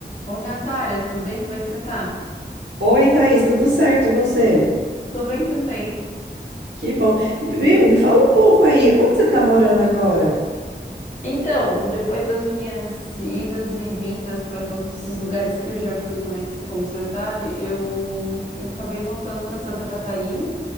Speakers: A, on the left; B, on the right.
A: Oi, Natália, tudo bem? Como é que você tá?
B: Oi, Thaís, tudo certo? E você?
A: Tô bem também.
B: Que bom. Viu? Me fala um pouco aí, onde você tá morando agora?
A: Então, depois das minhas idas e vindas para todos esses lugares que eu já fui, como é que- como você sabe, eu, eu acabei voltando para Santa Catarina